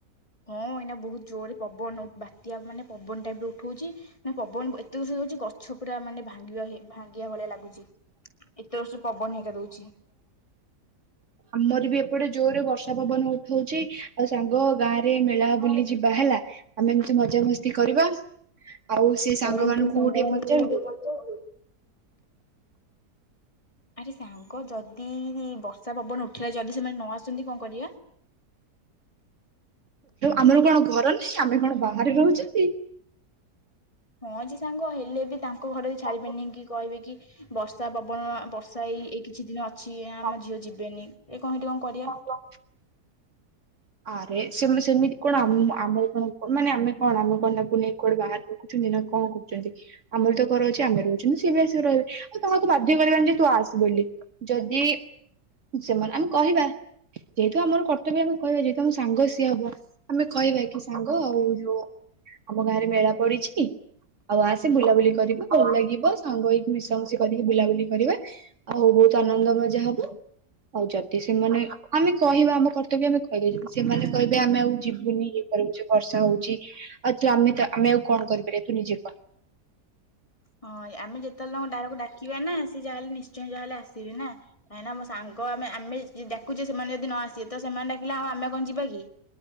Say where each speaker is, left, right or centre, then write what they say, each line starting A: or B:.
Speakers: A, on the left; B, on the right.
A: ହଁ ଏଇନା ବହୁତ ଜୋରରେ ପବନ ବାତ୍ୟା ମାନେ ପବନ ଟାଇପ ରେ ଉଠଉଛି ମାନ ପବନ ଏତେ ଦ ହଉଛି ଗଛ ପୁରା ମାନେ ଭାଙ୍ଗିବା ଭାଙ୍ଗିବା ଭଳିଆ ଲାଗୁଛି। ଜୋରସେ ପବନ ହେରିକା ଦଉଛି।
B: ଆମର ବି ଏପଟେ ଜୋରେ ବର୍ଷ ପବନ ଉଠଉଛି ଆଉ ସାଙ୍ଗ ଗାଁ ରେ ମେଳା ବୁଲି ଯିବା ହେଲା ଆମେ ମଜାମସ୍ତି କରିବା ଆଉ ସେ
A: କଣ
B: ସାଙ୍ଗ ମାନଙ୍କୁ
A: ତୁ ସାଙ୍ଗମାନଙ୍କୁ
B: ଟିକେ ପଚାରନ୍ତି।
A: କୋଉଠି ପଚାରିଲୁ? ଆରେ ସାଙ୍ଗ ଯଦି ବର୍ଷା ପବନ ଉଠିଲା ଯଦି ସେମାନେ ନ ଆସନ୍ତି କଣ କରିବା?
B: ଆମର କଣ ଘର ନାହିଁ ଆମେ କଣ ବାହାରେ ରହୁଛନ୍ତି।
A: ହଁଜି ସାଙ୍ଗ ହେଲେ ବି ତାଙ୍କ ଲୋକ ଘରେରେ
B: ବର୍ଷା
A: ଛଡିବେନି କି କହିବେ କି ବର୍ଷା ପବନ ବର୍ଷା ଏଇ ଏ କିଛି ଦିନ ଅଛି
B: ବର୍ଷା
A: ଆମ ଝିଅ ଯିବେନି। ଏ କଣ ସେଇଠି କଣ କରିଆ।
B: ହେଇଛି ଆରେ ସେ ସେମିତି କଣ ଆମ କଣ ମାନେ ଆମେ କଣ ଆମ କ ନାକୁ ନେଇ କୁଆଡେ ବାହାରେ ରଖୁଛନ୍ତି ନା କଣ କରୁଛନ୍ତି। ଆମର ତ କର ଅଛି ଆମେ ରହୁଛଛନ୍ତି ସିଏ ବି ଆସିକି ରହିବେ ଆଉ ତମକୁ ବାଧ୍ୟ କରିବାନି ଯେ ତୁ ଆସୁ ବୋଲି ଯଦି ସେମାନେ ଆମେ କହିବା ଯେହେତୁ ଆମର କର୍ତ୍ତବ୍ୟ ଆମେ କହିବା ଯେ ତମ ସାଙ୍ଗ ସିଏ ହବ ଆମେ କହିବା କି ସାଙ୍ଗ ଆଉ ଯଉ ଆମ ଗାଁ ରେ ମେଳା ପଡିଛି ଆଉ ଆସି ବୁଲାବୁଲି କରିବା ଭଲ ଲାଗିବ ସାଙ୍ଗ ହେଇକି ମିଶାମଶି କରିକି ବୁଲାବୁଲି କରିବା। ଆଉ ବହୁତ ଆନନ୍ଦ ମଜା ହବ। ହଉ ଯଦି ସେମାନେ ଆମେ କହିବା ଆମ କର୍ତ୍ତବ୍ୟ ଆମେ କ <inaudible> ସେମାନେ କହିବେ ଆମେ ଆଉ ଯିବୁନି। କରିବୁଛ ବର୍ଷା ହଉଛି ଆଉ ତୁ ଆମେ ତ ଆମେ ଆଉ କଣ କରିପାରିବା ତୁ ନିଜେ କ
A: ହଁ ଆମେ ଯେତେବେଳେ ତାଙ୍କ ଡରକୁ ଡାକିବା ନା ସେିଏ ଯାହାେଲେ ନିଶ୍ଚୟ ଯାହାେଲେ ଆସିବେ ନା କାହିଁକିନା ମୋ ସାଙ୍ଗ ଆମେ ଆମେ ଡାୁଛେ ସେମାନେ ଯଦି ନ ଆସିବେ ତ ସେମାନେ ଡାକିଲେ ଆଉ ଆମେ କଣ ଯିବା କି?